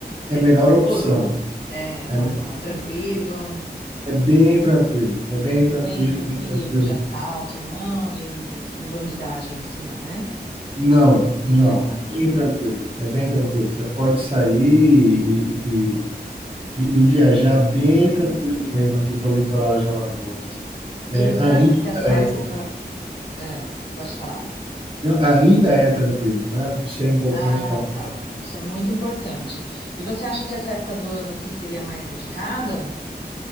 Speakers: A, on the left (about 70°); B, on the right (about 30°).
A: É
B: É a
A: perigoso?
B: melhor opção,
A: É, não,
B: é,
A: não, é tranquilo.
B: é bem tranquilo, é bem
A: Não
B: tranquilo,
A: tem muito
B: é bem
A: perigo
B: tranquilo.
A: de assalto, não, de, de bandidagem assim, não, né?
B: Não,
A: Legal.
B: não, é bem tranquilo, é bem tranquilo. Você pode sair e, e e, e viajar bem
A: Aham.
B: tranquilo mesmo aqui pelo litoral de Alagoas.
A: E
B: É,
A: você
B: ainda
A: acha que essa
B: é,
A: época.
B: tra-
A: é, pode falar.
B: ainda é tranquilo, né? Não sei um pouco
A: Ah,
B: mais para frente.
A: tá. Isso é muito importante. E você acha que essa época do ano assim seria mais indicada?